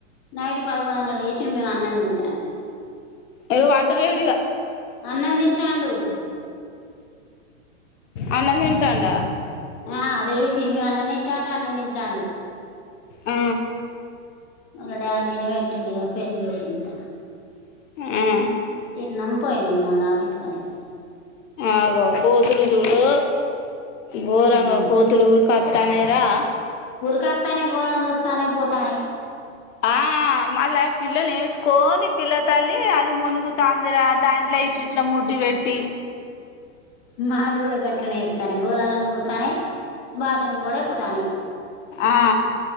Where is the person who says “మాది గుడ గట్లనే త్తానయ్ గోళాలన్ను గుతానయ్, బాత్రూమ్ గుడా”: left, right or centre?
Left